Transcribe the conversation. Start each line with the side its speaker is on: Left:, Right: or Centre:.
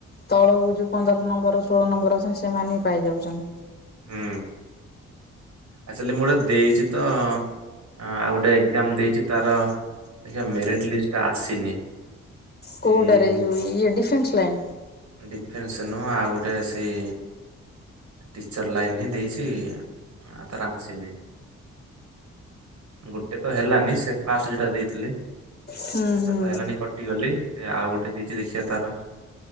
Left: ତଳକୁ ଯଉ ପନ୍ଦର ନମ୍ବର ଷୋହଳ ନମ୍ବର ଅଛନ୍ତି ସେମାନେ ହିଁ ପାଇଯାଉଛନ୍ତି
Right: ହୁଁ ଆସ ମୋର ଦେଇଛି ତ ଆଉ ଗୋଟେ ଏଜାମ ଦେଇଛି ତାର ଦେଖିବା ମେରିଟ ଲିଷ୍ଟ ଟା ଆସିନି
Left: କଉଡରେ
Right: ଏଇ
Left: ଯ ଡିଫେନ୍ସ ପ୍ଲନ୍ତ
Right: ଡିଫେନ୍ସ ନୁହଁ ଆଉ ଗୋଟେ ସେଇ ଟିଚର ଲାଇନ ହିଁ ଦେଇଛି ତାର ଆସୁନି ଗୋଟେ ତ ହେଲାନି ସେ ଫାଷ୍ଟ ଯେୋଟା ଦେଇଥିଲି
Left: ହୁଁ
Right: ସେଟା
Left: ହୁଁ।
Right: ତ ହେଲାନି କଟିଗଲି ସେ ଆଉ ଗୋଟେ ଦେଇଛି ଦେଖିବା ତାର